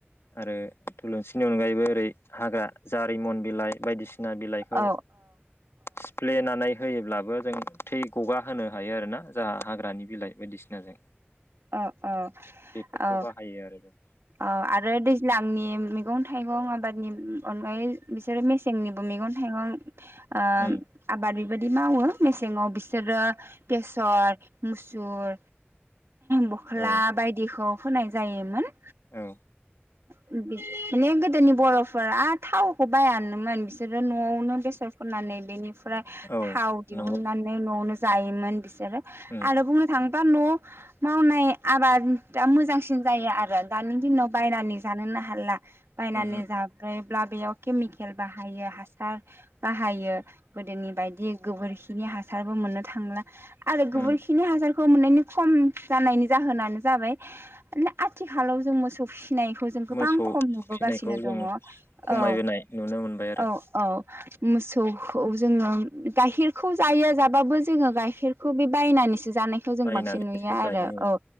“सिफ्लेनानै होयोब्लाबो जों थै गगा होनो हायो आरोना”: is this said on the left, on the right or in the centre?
Left